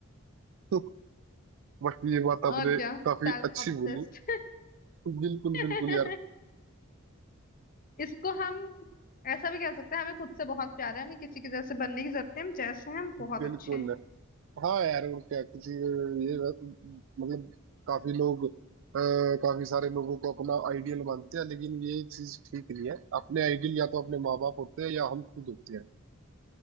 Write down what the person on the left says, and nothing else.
और क्या
सेल्फ
ऑब्सेस्ड
<laughs>
इसको हम ऐसा भी कह सकते हैं हमें खुद से बहुत प्यार है हमें किसी के जैसे बनने की जरूरत नहीं है, हम जैसे हैं हम बहुत
अच्छे हैं